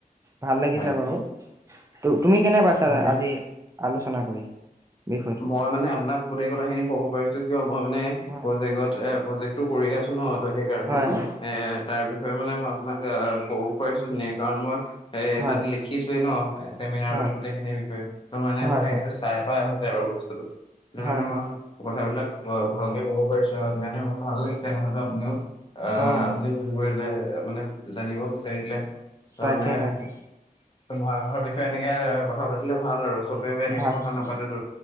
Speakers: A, on the right; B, on the left.
A: ভাল লাগিছা
B: হয়,
A: বাৰু। তু- তুমি কেনে পাইছা
B: মানে
A: আজি আলোচনা কৰি? বিষয়টো?
B: মই মানে আপোনাক গোটেই কথাখিনি ক'ব পাৰিছোঁ কিয় মই মানে
A: হয়
B: প্ৰজেক্টত- এ প্ৰজেক্টটো কৰি আছোঁ ন' ত সেইকাৰণে।
A: হয় হয়
B: এ তাৰ বিষয়ে মানে মই আপোনাক অ ক'ব পাৰিছো নে কাৰণ মই এ
A: হয়
B: তাত লিখিছোৱে ন চেমিনাৰটোত
A: হয়
B: গোটেইখিনিৰ বিষয়ে। ত' মানে
A: হয়
B: মই
A: হয়
B: এইটো চাই থোৱা হৈছে আৰু বস্তুতো। সেইটো কাৰণে
A: হয়
B: মই
A: হয়।
B: কথাবিলাক মই ভালকে কব পাৰিছো আৰু সেইকাৰণে মোৰ ভাল লাগিছে কথাটো আপুনিও আহ
A: অঁ
B: আপুনিও ফোন কৰিলে মানে জানিব বিচাৰিলে তাৰমানে
A: তাকে তাকে
B: মহাকাশৰ বি ষয়ে এনেকে কথা পাতিলে ভাল আৰু চবে এনেকে
A: ভাল
B: কথা
A: ভাল
B: নাপাতেতো।